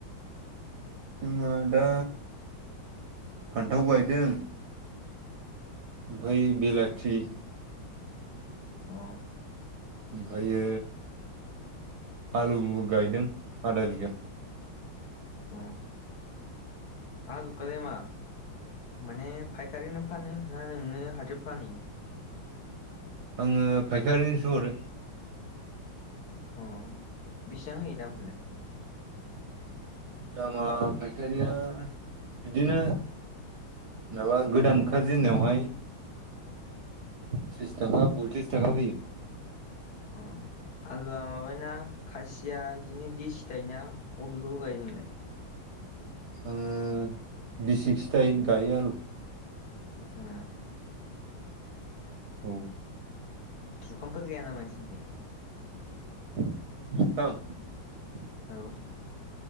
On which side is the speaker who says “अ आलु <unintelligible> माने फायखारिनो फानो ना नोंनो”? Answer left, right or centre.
Left